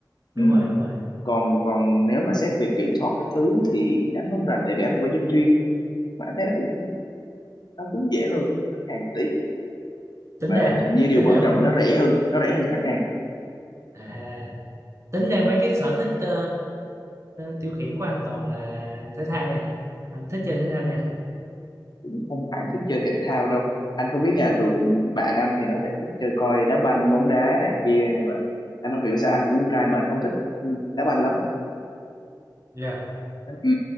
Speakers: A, on the right; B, on the left.
A: Đúng
B: Ừ.
A: rồi, đúng rồi.
B: còn còn nếu mà xét về kỹ thuật các thứ thì anh không rành tại vì anh không phải dân chuyên mà anh thấy nó cũng nó cũng dễ hơn thẳng hàng tí và
A: Tính ra
B: hình như điều
A: tính
B: quan
A: ra
B: trọng là nó rẻ hơn nó rẻ hơn cái thẳng hàng
A: à tính ra mấy cái sở thích ờ, tiêu khiển của anh toàn là thể thao nha anh thích chơi thể thao nha
B: cũng không hẳn thích chơi thể thao đâu anh không biết nhà thường bạn anh thì nó sẽ thích chơi coi đá banh bóng đá này kia nhưng mà anh không hiểu sao anh cũng con trai mà anh không thích ừ, đá banh lắm
A: Dạ.
B: ừ.